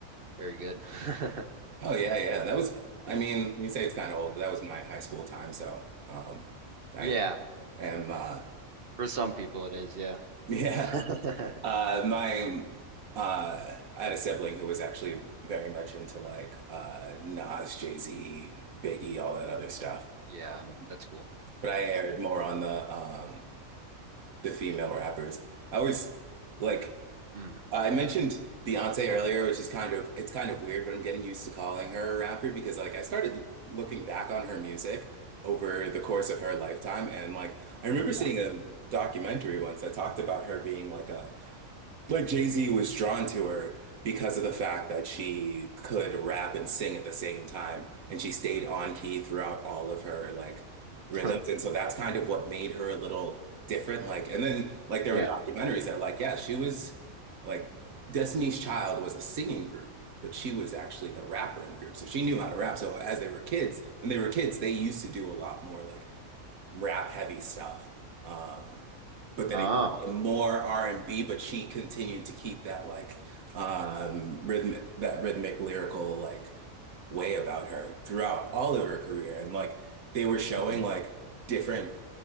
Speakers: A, on the right (about 40°); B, on the right (about 80°).
A: very good. <laughs>
B: Oh yeah, yeah. That was I mean, you say it's kind of old, but that was my high school time, so um I
A: Yeah,
B: am uh
A: for some people it is. Yeah,
B: <laughs> yeah.
A: <laughs>
B: Uh my uh I had a sibling who was actually very much into like uh Nas, Jay-Z, Biggie, all that other stuff.
A: yeah,
B: Um,
A: that's cool.
B: But I aired more on the um the female rappers. I was like
A: Mm,
B: I mentioned Beyonce earlier, which is kind of it's kind of weird, but I'm getting used to calling her a rapper because like I started looking back on her music over the course of her lifetime and like I remember
A: yeah,
B: seeing a documentary once that talked about her being like a like Jay-Z was drawn to her because of the fact that she could rap and sing at the same time, and she stayed on key throughout all of her like rhythms.
A: <laughs>
B: And so that's kind of what made her a little different. Like, and then like there
A: yeah.
B: were documentaries that like, yeah, she was like Destiny's Child was a singing group, but she was actually the rapper in the group. So she knew how to rap. So as they were kids, when they were kids, they used to do a lot more like rap heavy stuff. Um, but then
A: Oh,
B: it, and more R&B, but she continued to keep that like um rhythmic that rhythmic lyrical like way about her throughout all of her career. And like they were showing
A: mhm.
B: like different